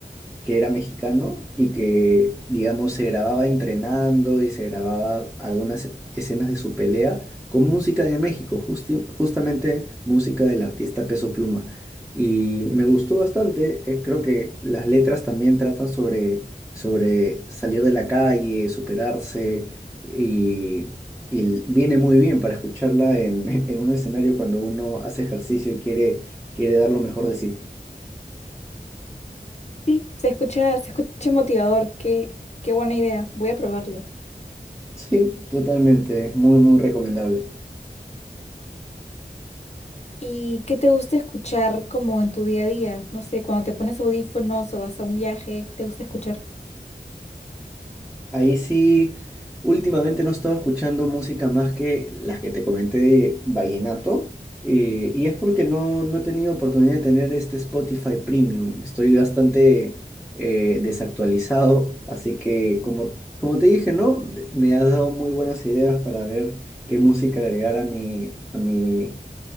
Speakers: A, in the centre; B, on the left (about 40°).
A: que era mexicano y que, digamos, se grababa entrenando y se grababa algunas escenas de su pelea con música de México, justi- justamente música del artista Peso Pluma. Y me gustó bastante, eh, creo que las letras también tratan sobre, sobre salir de la calle, superarse y... Y l- viene muy bien para escucharla en, <laughs> en un escenario cuando uno hace ejercicio y quiere, quiere dar lo mejor de sí.
B: Sí, se escucha, se escucha motivador, qué, qué buena idea, voy a probarlo.
A: Sí, totalmente, es muy, muy recomendable.
B: ¿Y qué te gusta escuchar como en tu día a día? No sé, cuando te pones audífonos o vas a un viaje, ¿qué te gusta escuchar?
A: Ahí sí, últimamente no he estado escuchando música más que las que te comenté de vallenato, eh, y es porque no, no he tenido oportunidad de tener este Spotify Premium. Estoy bastante eh, desactualizado, así que como, como te dije, ¿no? Me has dado muy buenas ideas para ver qué música agregar a mi, a mi